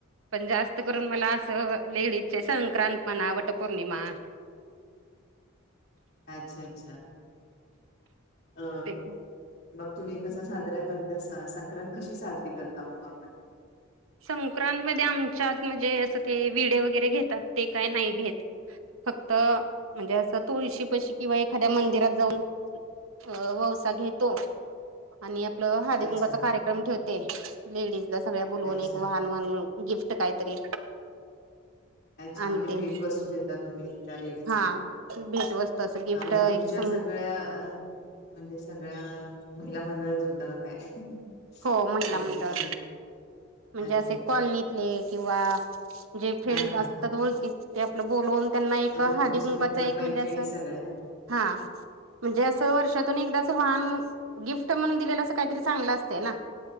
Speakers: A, on the right; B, on the left.
A: पण जास्त करून मला असं लेडीज, चे संक्रांत म्हणा पौर्णिमा
B: अच्छा, अच्छा. अ
A: ते
B: मग तुम्ही कसा साजरा करता संक्रांत कशी साजरी करता मग आपण?
A: संक्रांतमध्ये आमच्यात म्हणजे असं ते विडे वगैरे, घेतात ते काय नाही घेत. फक्त म्हणजे असं तुळशी पशी, किंवा एखाद्या मंदिरात जाऊनं अ - वसा घेतो. आणि आपलं हळदी
B: अच्छा
A: कुंकवाचा कार्यक्रम ठेवते लेडीजला सगळ्या बोलवून
B: अच्छा
A: एक मग- गिफ्ट काहीतरी?
B: अच्छा,
A: आणते
B: म्हणजे भेट वस्तू देता तुम्ही त्या लेडीजना
A: हा भेटवस्तू असं गिफ्ट
B: हा म्हणजे
A: एक
B: तुम च्या
A: संग
B: सगळ्या- म्हणजे सगळ्या महिला मंडळ जमता का काय?
A: हो महिला
B: सगळ्याशी
A: मंडळ. म्हणजे
B: अच्छा
A: असे
B: अच्छा
A: कॉलनीतले, किंवा जे फ्रेंड
B: हा हा
A: असतात,
B: हा
A: ओळखीत ते आपलं बोलवून त्यांना एक
B: अच्छा
A: हळदी
B: तुमचे
A: कुंकवाच,
B: मित्र
A: एक
B: मैत्रिणी
A: म्हणजे असं
B: सगळ्या
A: हा. म्हणजे असं वर्षातून एकदा असं वाहन गिफ्ट, म्हणून दिलेलं अस काहीतरी चांगलं असतय ना.